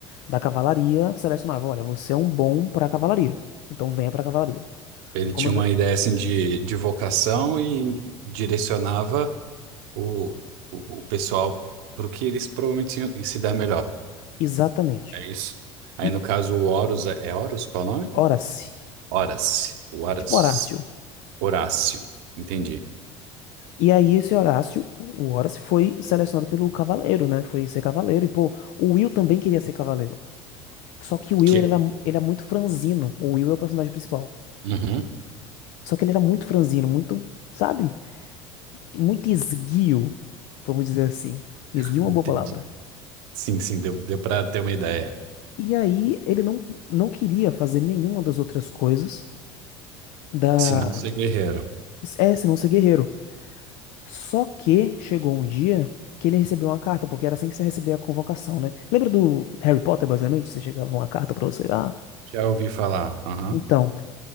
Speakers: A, on the left; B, on the right.
A: da cavalaria, selecionava, olha, você é um bom para a cavalaria, então venha para a cavalaria.
B: Ele
A: Comanda...
B: tinha uma ideia assim de, de vocação e direcionava o, o, o pessoal para o que eles provavelmente iam se dar melhor.
A: Exatamente.
B: É isso. Aí
A: E
B: no caso o Horus, é é Horus? Qual é o nome?
A: Horace,
B: Horas. O Horas.
A: tipo Horácio,
B: Horácio, entendi.
A: E aí esse Horácio, o Horácio foi selecionado pelo Cavaleiro, né? Foi ser Cavaleiro. E, pô, o Will também queria ser Cavaleiro. Só que o Will,
B: Que...
A: ele era, ele é muito franzino. O Will é o personagem principal.
B: Uhum,
A: Só que ele era muito franzino, muito, sabe? Muito esguio, vamos dizer assim. Esguio
B: entendi.
A: é uma boa palavra.
B: Sim, sim, deu, deu para ter uma ideia.
A: E aí ele não, não queria fazer nenhuma das outras coisas da...
B: Se não ser guerreiro.
A: É, senão ser guerreiro. Só que chegou um dia que ele recebeu uma carta, porque era assim que você recebia a convocação, né? Lembra do Harry Potter, basicamente? Você chegava uma carta pra você. Ah,
B: Já ouvi falar. Aham.
A: então,